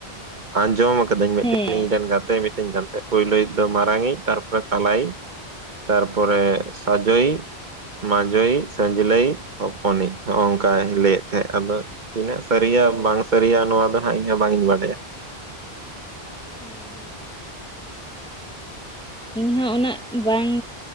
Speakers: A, on the right (about 50°); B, in the centre.
A: ᱟᱸᱡᱚᱢ ᱟᱠᱟᱫᱟᱹᱧ ᱢᱤᱫᱴᱮᱱ
B: ᱦᱮᱸ
A: ᱤᱧᱨᱮᱱ ᱜᱟᱛᱮ ᱢᱤ ᱛᱟᱹᱧ ᱠᱟᱱ ᱛᱟᱦᱮᱸᱜ, ᱯᱳᱭᱞᱳᱭᱤᱡ ᱫᱚ ᱢᱟᱨᱟᱝᱤᱡ, ᱛᱟᱨᱯᱚᱨᱮ ᱛᱟᱞᱟᱭᱤᱡ, ᱛᱟᱨᱯᱚᱨᱮ ᱥᱟᱡᱚᱭᱤᱡ, ᱢᱟᱡᱚᱭᱤᱡ, ᱥᱟᱹᱡᱽᱞᱟᱹᱭᱤᱡ, ᱦᱚᱯᱚᱱᱤᱡ ᱦᱚᱜ ᱚᱝᱠᱟᱭ ᱞᱟᱹᱭᱮᱫ ᱛᱟᱦᱮᱸᱫ, ᱟᱫᱚ ᱛᱤᱱᱟᱹᱜ ᱥᱟᱹᱨᱤᱭᱟ ᱵᱟᱝ ᱥᱟᱹᱨᱤᱭᱟ ᱱᱚᱣᱟ ᱫᱚ ᱦᱟᱸᱜ ᱤᱧᱦᱚᱸ ᱵᱟᱝᱤᱧ ᱵᱟᱰᱟᱭᱟ ᱾
B: ᱦᱮᱸ ᱦᱮᱸ ᱾
A: <inaudible>
B: ᱤᱧᱦᱚᱸ ᱩᱱᱟᱹᱜ ᱵᱟᱝᱻ